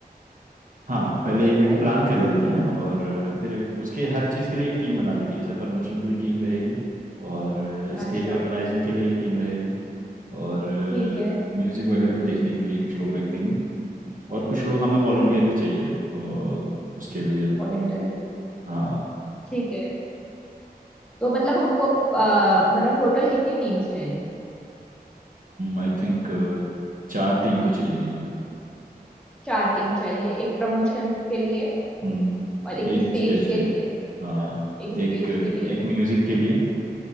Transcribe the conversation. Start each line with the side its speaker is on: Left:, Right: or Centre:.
Right: हाँ पहले इवेंट
Centre: राइट
Right: प्लान कर लेते हैं और फिर उसके हर चीज़ के लिए एक टीम बना लेंगे जैसे प्रमोशन के लिए टीम रहेगी और स्टेज
Centre: अच्छा
Right: ऑर्गेनाइजिंग के लिए एक टीम रहेगी और
Centre: ठीक है
Right: म्यूज़िक वगैरह को देखने के लिए कुछ लोग रख देंगे और कुछ लोग हमें वॉलंटियर
Centre: ओके
Right: भी चाहिए और उसके लिए
Centre: वॉलेंटियर भी कर
Right: हाँ
Centre: ठीक है तो मतलब हमको अ, मतलब टोटल कितनी टीम्स चाहिए
Right: आई थिंक चार टीम तो चाहिए ही हमें
Centre: चार टीम चाहिए एक प्रमोशन के लिए
Right: हम्म,
Centre: और एक
Right: एक
Centre: स्टेज
Right: स्टेज
Centre: के
Right: के
Centre: लिए
Right: हाँ
Centre: एक स्टेज
Right: एक एक
Centre: के लिए
Right: म्यूज़िक के लिए